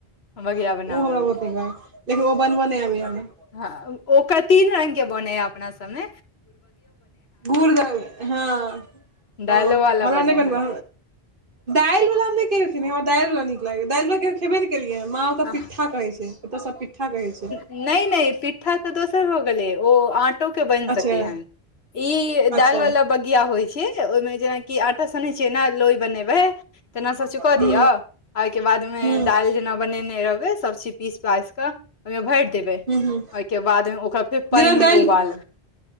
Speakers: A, on the left; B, on the right.
A: बगिया
B: ह
A: बनाबै
B: ओ हमरा
A: लए
B: बतेगा ह लेकिन ओ बनबो नहि आबी <unintelligible>
A: हँ ओकर तीन रंगग के बनैया अपना सभमे
B: घूर द हँ हँ
A: दालो वाला
B: हमरा
A: बने
B: नहि
A: हन
B: बनबै दालि बला ने केओ खरा दालिवला न लाग दलिवला के खेबे नहि केलियै माँ ओतऽ
A: अह,
B: पिट्ठा कहै छै ओतय सभ पिट्ठा कहै छै
A: नैए नैए पीठा ओ दुसर भ गेल ओ आटो के बन
B: अच्छा
A: सके ह ई दाल
B: अच्छा
A: वला बगिया होइत छै ओहिमे जेनाकि आटा सनैत छिय एना लोइ बनेबै तेना सभचीज
B: ह्म
A: कऽ दिअ आ ओहिके बादमे
B: ह्म
A: दालि जेना बनेने रहबै सभचीज पीस पाइस कऽ ओहिमे भरि देबै
B: ह्म ह्म
A: ओहिके बाद ओकरा फेर पाइन
B: जेना
A: मे
B: दालि
A: उबालबै